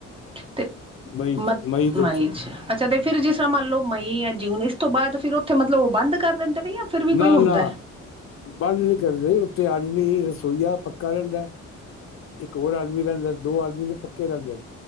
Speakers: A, on the right (about 20°); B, on the left (about 45°).
A: ਤੇ
B: ਮਈ-ਮਈ
A: ਮ
B: ਦੇ ਵਿੱਚ
A: ਮਈ ਚ ਅੱਛਾ ਤੇ ਫਿਰ, ਜਿਸ ਤਰ੍ਹਾਂ ਮੰਨ ਲਓ ਮਈ ਜਾਂ ਜੂਨ ਇਸ ਤੋਂ ਬਾਅਦ, ਫਿਰ ਉੱਥੇ ਮਤਲਬ ਉਹ, ਬੰਦ ਕਰ ਦਿੰਦੇ ਆ ਜਾਂ ਫਿਰ ਵੀ
B: ਨਾ-
A: ਕੋਈ ਹੁੰਦਾ।
B: ਨਾ ਬੰਦ ਨੀ ਕਰਦੇ, ਉੱਥੇ ਆਦਮੀ ਰਸੋਈਆ ਪੱਕਾ ਰਹਿੰਦਾ ਇੱਕ ਹੋਰ ਆਦਮੀ ਰਹਿੰਦਾ, ਦੋ ਆਦਮੀ ਦੇ ਪੱਕੇ ਰਹਿੰਦੇ ਨੇ,